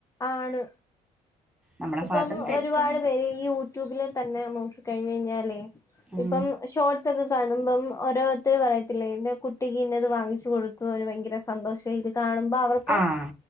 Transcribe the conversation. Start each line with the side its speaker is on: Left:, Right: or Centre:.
Left: ആണ്
Centre: നമ്മുടെ
Left: ഇപ്പം
Centre: ഭാഗത്തും തെറ്റുണ്ട്
Left: ഒരുപാട് പേര് ഇയൂ യൂട്യൂബില് തന്നെ നോക്കി കഴിഞ്ഞ യ്ഞ്ഞാലേ
Centre: ഉം
Left: ഇപ്പം ഷോ സൊക്കെ കാണുമ്പം ഓരോര്ത്തര് പറയത്തില്ലെ ഇന്റെ കുട്ടിക്ക് ഇന്നത് വാങ്ങിച്ച് കൊടുത്തു ഓന് ഭയങ്കര സന്തോഷായടി കാണുമ്പ അവർക്ക്
Centre: ആഹ്